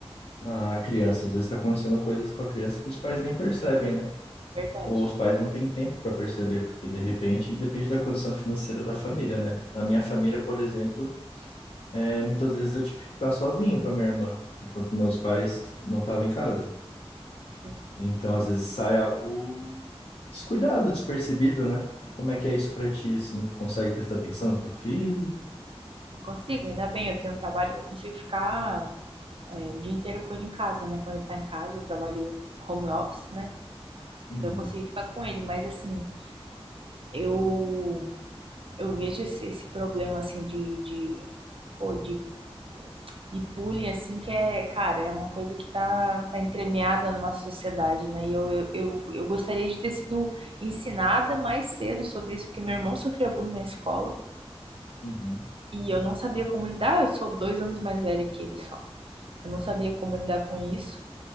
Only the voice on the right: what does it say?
é verdade.
Sim.
Eu consigo, ainda bem, eu tenho um trabalho que eu consigo ficar é, o dia inteiro com ele em casa, né? Quando ele tá em casa, eu trabalho home office, né?
Eu consigo ficar com ele, mas assim, eu Eu vejo esse, esse problema, assim, de, de, pô, de, de bullying, assim, que é, cara, é uma coisa que tá, tá entremeada na nossa sociedade, né? E eu, eu, eu, eu gostaria de ter sido ensinada mais cedo sobre isso, porque meu irmão sofria bullying na escola
e eu não sabia como lidar. Eu sou dois anos mais velha que ele só. Eu não sabia como lidar com isso.